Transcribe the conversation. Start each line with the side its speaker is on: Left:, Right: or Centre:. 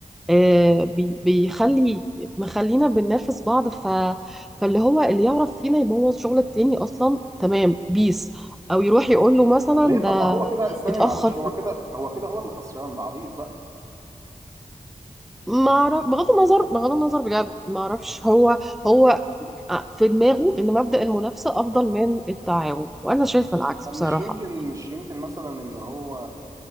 Centre: آه بي بيخلي مخلينا بننافس بعض ف فاللي هو اللي يعرف فينا يبوظ شغل التاني اصلا تمام بيس او يروح يقول له مثلا
Right: ليه
Centre: ده
Right: طب ما هو كده استني
Centre: اتأخر
Right: معلش
Centre: في
Right: هو كده هو كده هو اللي خسران ده عبيط بقى
Centre: ما اعرف بغض النظر بغض النظر بجد ما اعرفش هو هو آه، في دماغه ان مبدأ المنافسة افضل من التعاون وانا شايفة العكس
Right: طب
Centre: بصراحة
Right: مش يمكن مش يمكن مثلا ان هو